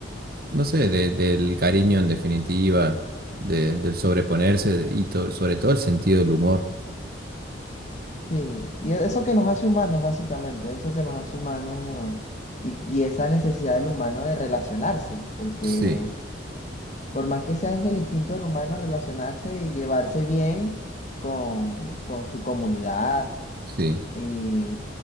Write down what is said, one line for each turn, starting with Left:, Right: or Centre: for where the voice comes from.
Right: no sé, de- del cariño en definitiva, de- del sobreponerse y to- sobre todo el sentido del humor.
Left: Sí, y e, eso que nos hace humanos, básicamente, eso que nos hace humanos y, y esa necesidad del humano de relacionarse, porque
Right: Sí,
Left: por más que sea es el instinto del humano relacionarse y llevarse bien con, con su comunidad,
Right: sí,
Left: y